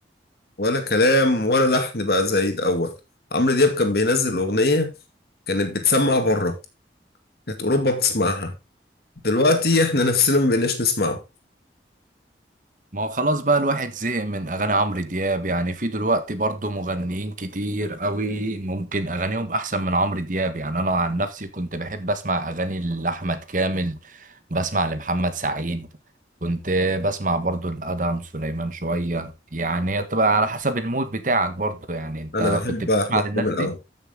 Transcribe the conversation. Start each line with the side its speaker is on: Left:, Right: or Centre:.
Left: ولا كلام ولا لحن بقى زي الاول عمرو دياب كان بينزل اغنية كانت بتسمع بره كانت اوروبا بتسمعها دلوقتي احنا نفسنا ما بقيناش نسمعه
Right: ما هو خلاص بقى الواحد زهق من اغاني عمرو دياب يعني في دلوقتي برضه مغنيين كتير قوي ممكن اغانيهم احسن من عمرو دياب يعني انا عن نفسي كنت بحب اسمع اغاني لاحمد كامل بسمع لمحمد سعيد كنت بسمع برضه لادهم سليمان شويه يعني هي بتبقى على حسب المود بتاعك برضه يعني انت
Left: انا بحب
Right: كنت بتسمع
Left: احمد
Right: للناس
Left: كامل
Right: دي
Left: قوي